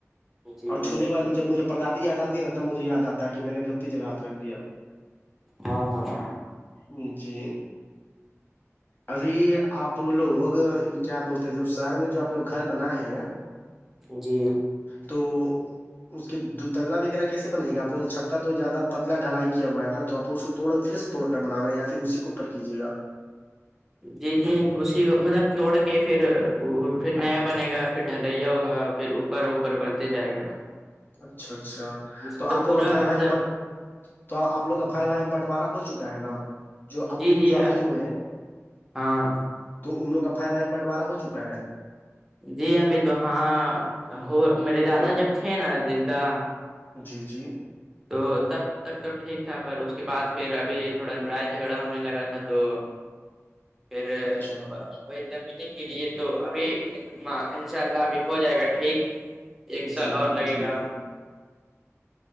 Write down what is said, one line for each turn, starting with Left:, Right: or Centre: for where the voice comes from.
Centre: جی
Left: اور چھونے کے بعد جب مجھے پر دادی یاد آتی ہے تب مجھے یاد آتا ہے کہ میں نے غطی جگہات رکھ دیا
Centre: ہاں ہاں
Left: ن جی ابھی آپ لوگ کیا بولتے ہیں جب شہر میں جو آپ لوگ گھر بنا ہیں
Centre: جی
Left: تو اس کے دتللا وغیرہ کیسے بن گا آپگ چھہ تو زیادہ پتلا ڈھلائی کیا ہوا ہے نا تو اس کو توڑ پھر سے توڑ کر بنانا یا پھر اسی کے اوپر کیجیےا
Centre: جی جی اسی مطلب توڑ کے پھر پھر نیا بنے گا پھر ڈھلیا ہوگا پھر اپر اوپر بنتے جائے گا
Left: اچھا اچھا
Centre: جیسے
Left: تو آپ
Centre: پورا
Left: لوگ کا بھائی
Centre: مطلب
Left: بھائی بٹ تو آپ لوگ کا بھائی بھائی بنٹوارہ ہو چکا ہے نا جو ابو
Centre: جی جی
Left: جو آپ کے ہوئے ہیں
Centre: ہاں
Left: تو امروگ کا بھائی بہن بٹوارہ ہو چکا ہے
Centre: جی ابھی تو ہاں ہو میرے دادا جب تھے نا زندہ
Left: جی جی
Centre: تو تب تک تو ٹھیک تھا پر اس کے بعد پھر ابھی تھوڑا لڑائی جھگڑا ہونے لگا تھا تو
Left: <inaudible>
Centre: پھر
Left: اچھا
Centre: وہی زمین کے لیے تو ابھی ان شاء اللہ ابھی ہو جائے گا ٹھیک ایک سال
Left: جی
Centre: اور
Left: بالکل
Centre: لگے گا
Left: بالکل